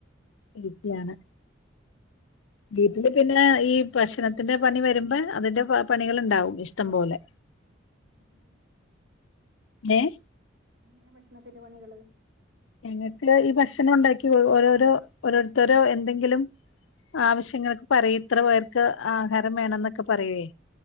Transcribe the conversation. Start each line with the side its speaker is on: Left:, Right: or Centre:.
Left: ഇരിക്ക്യാണ്
Right: ഉം ഉം
Left: വീട്ടില് പിന്നെ ഈ ഭക്ഷണത്തിന്റെ പണി വരുമ്പോ അതിന്റെ പണികൾ ഉണ്ടാവും ഇഷ്ടം പോലെ
Right: അങ്ങനെ
Left: ഏഹ്
Right: ഇങ്ങനെ ഭക്ഷണത്തിന്റെ പണികള്
Left: ഞങ്ങൾക്ക് ഈ ഭക്ഷണം ഉണ്ടാക്കി ഓരോരോ ഓരോരുത്തരോ എന്തെങ്കിലും ആവശ്യങ്ങൊക്കെ പറയും ഇത്ര പേർക്ക് ആഹാരം വേണം എന്നൊക്കെ പറയുവേ